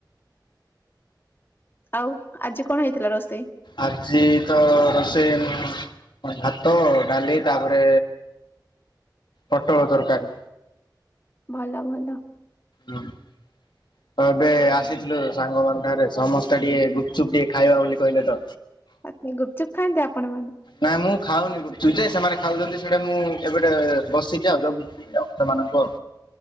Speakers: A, on the left; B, on the left.
A: ଆଉ ଆଜି କଣ ହେଇଥିଲା ରୋଷେଇ?
B: ଆଜି ତ ରୋଷେଇ ଭାତ ଡାଲି। ତାପରେ ପୋଟଳ ତରକାରୀ।
A: ଭଲ ଭଲ।
B: ହୁଁ। ତ ଏବେ ଆସିଥିଲୁ ସାଙ୍ଗମାନ ଠାରେ ସମସ୍ତେ ଟିକେ ଗୁପଚୁପ ଟିକେ ଖାଇବା ବୋଲି। କହିଲେ ତ
A: ଆଚ୍ଛା ଗୁପଚୁପ୍ ଖାଆନ୍ତି ଆପଣ ମାନେ
B: ନାଇ ମୁଁ ଖାଉନି ଗୁପ୍ ଚୁପ୍ ସେମାନେ ଖାଉଛନ୍ତି ସେଟା ମୁଁ ଏବେଟେ ବସିଛିି ଆଉ ଜଗିଛି ସେମାନଙ୍କୁ ଆଉ।